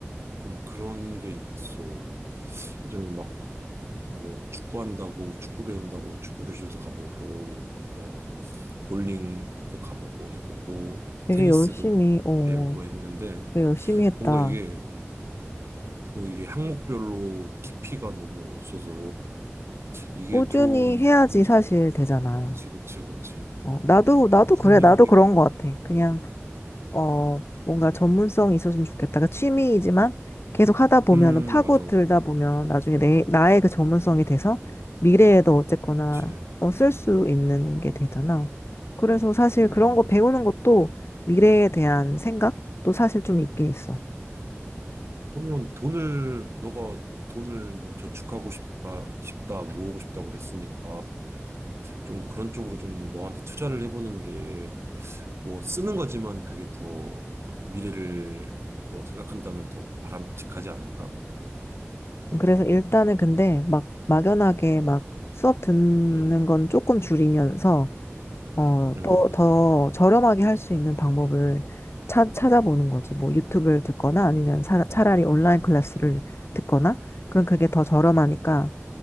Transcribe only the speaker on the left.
되게
열심히, 어,
되게 열심히 했다.
꾸준히
해야지
사실 되잖아.
어, 나도, 나도
그래. 나도
그런 것 같아. 그냥 어, 뭔가 전문성이
있었으면 좋겠다. 그 취미이지만 계속 하다 보면은
파고들다
보면 나중에 내, 나의 그 전문성이 돼서 미래에도 어쨌거나
어, 쓸 수 있는 게 되잖아. 그래서 사실
그런 거 배우는 것도 미래에 대한 생각도 사실 좀 있긴 있어.
그래서 일단은 근데 막 막연하게 막 수업 듣는
건 조금 줄이면서 어,
더, 더 저렴하게 할 수 있는 방법을 찾, 찾아보는
거지. 뭐 유튜브를 듣거나 아니면 차, 차라리 온라인 클래스를 듣거나 그럼 그게 더 저렴하니까